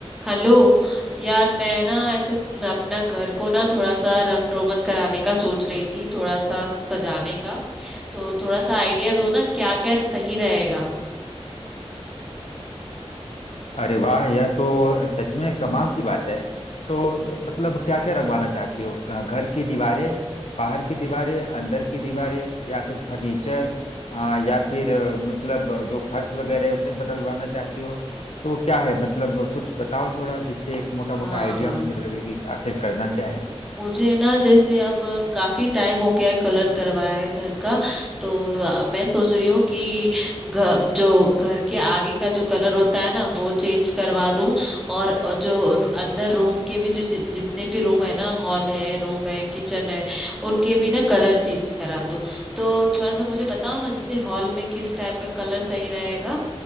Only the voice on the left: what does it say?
अरे वाह यह तो सच में कमाल की बात है तो द- मतलब क्या क्या रंगवाना चाहती हो क- घर की दीवारें बाहर की दीवारें अंदर की दीवारें या फिर फर्नीचर आ, या फिर अ, मतलब जो फर्श वगैरह है उसे बदलवाना चाहती हो तो क्या है मतलब कुछ बताओ थोड़ा जिससे एक मोटा
मोटा आइडिया मुझे लगे कि आखिर करना क्या है